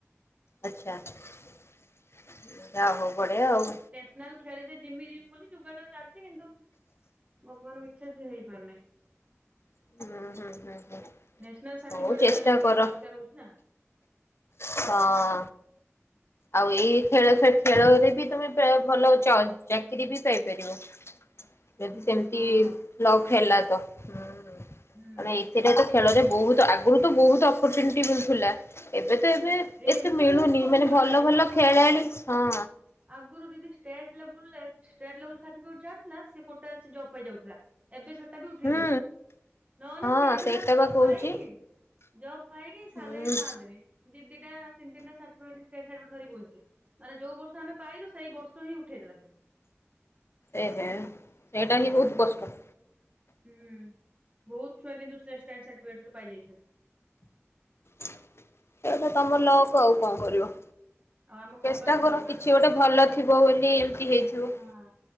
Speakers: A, on the left; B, on the right.
A: ଆଚ୍ଛା ଯିଏ ଯା ହଉ ବଢିଆ ଆଉ।
B: ନାଲ ଖେଳିତେ ଜିମି ଜିମି ବୋଲି ଯୁଗାଡ ଚାଲିଚି କିନ୍ତୁ ଭଗବାନଙ୍କ ଇଚ୍ଛା ସେ ହେଇପାରୁନି।
A: ହୁଁ ହୁଁ ହୁଁ ହୁଁ
B: ନେସନାଲ ସାର୍ଟିଫିକେଟ
A: ହଉ ଚେଷ୍ଟା
B: ଟିକେ
A: କର
B: ଦରକାର ହଉଛି ନା
A: ହଁ
B: <unintelligible>
A: ଆଉ ଏଇ ଖେଳ ଖେଳରେ ବି ତମେ ପ୍ରାୟ ଭଲ କରୁଛ ଚାକିରୀ ବି ପାଇପାରିବ। ଯଦି ସେମିତି
B: ହଁ
A: ଲକ୍ ହେଲା ତ ହଁ
B: ହୁଁ
A: ମାନେ। ସେଇଟା ତ ଖେଳରେ ବହୁତ୍ ଆଗରୁ ତ ବହୁତ୍ ଅପରଚୁନିଟି ମିଳୁଥିଲା ଏବେ ତ ଏବେ।
B: ଏବେ
A: ଏତେ ମିଳୁନି
B: ବହୁତ କମିଗଲାଣି
A: ମାନେ ଭଲ ଭଲ
B: ଆଗରୁ
A: ଖେଳାଳି ହଁ
B: ଆଗରୁ ଦିଦି ଷ୍ଟେଟ ଲେବୁଲରେ ଷ୍ଟେଟେ ଲେବେଲ ସାର୍ଟିଫିକେଟ ଯାହାର ଥିଲା ସେ କୋଟରେ ଜବ ପାଇଯାଉଥିଲା। ଏବେ ସେଟା ବି ଉଠେଇ
A: ହୁଁ
B: ଦେଇଛି ନହେଲେ
A: ହଁ
B: ମୁଁ କେଦିନଠୁ
A: ସେଇଟା
B: ଜବ
A: ବା କହୁଛି
B: ପାଇକି ଜବ ପାଇକି ସାଲାରୀ
A: ହୁଁ
B: ପାଆନ୍ତିଣି। ଦି ଦିଟା ତିନି ତିନିଟା ସାଟିଫିକେଟ ଷ୍ଟେଟେ ସାଟିଫିକେଟ ଧରି କି ବୁଲୁଛି। ମାନେ ଯୋଉ ବର୍ଷ ଆମେ ପାଇଲୁ ସେଇ ବର୍ଷ ହିଁ ଉଠେଇ ଦେଲା ସେ।
A: ଏହେ ସେଇଟା ହିଁ ବହୁତ୍ କଷ୍ଟ।
B: ହୁଁ ବହୁତ୍ ଛୁଆ କିନ୍ତୁ ଷ୍ଟେଟେ ସାର୍ଟିଫିକେଟ ରେ ପାଇଯାଇଛନ୍ତି।
A: ସେଟା ତମର ଲକ୍ ଆଉ କଣ କରିବ।
B: ଆଉ ଆମ କବାଡିରେ
A: ଚେଷ୍ଟା କର
B: ଯୋଉମାନେ
A: କିଛି
B: ସବୁ
A: ଗୋଟେ
B: ବି
A: ଭଲ ଥିବ ବୋଲି ଏମିତି ହେଇଥିବ।
B: ହଁ।